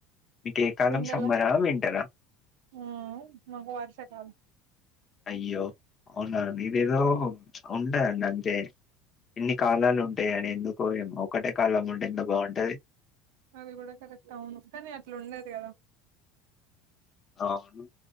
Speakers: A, on the left; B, on the right.
A: మీకు ఏ కాలం
B: ఎండలా
A: సమ్మరా వింటరా
B: మ్మ్ మాకు వర్షాకాలం
A: అయ్యో అవునా మేమేదో ఉంటా అండి అంతే ఎన్ని కాలాలు ఉంటాయి అని ఎందుకో ఏమో ఒకటే కాలము ఉంటే ఎంత బాగుంటది
B: అది కూడా కరెక్ట్ అవును కానీ అట్లా ఉండది కదా
A: అవును